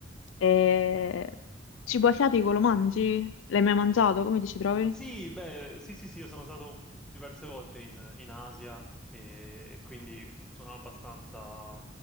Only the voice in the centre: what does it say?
Sì, beh, sì, sì, sì, io sono stato diverse volte in, in Asia e quindi sono abbastanza